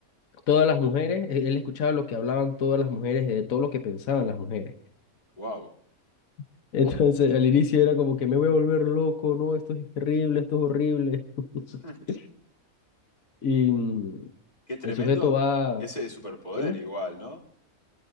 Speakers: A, on the left; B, on the left.
A: todas las mujeres, él él escuchaba lo que hablaban todas las mujeres, de todo lo que pensaban las mujeres.
B: Wow.
A: <laughs> Entonces, al inicio era como que me voy a volver loco, no, esto es terrible, esto es horrible. <laughs>
B: <laughs>
A: Y mm,
B: Qué tremendo
A: el sujeto va,
B: ese superpoder
A: dime,
B: igual, ¿no?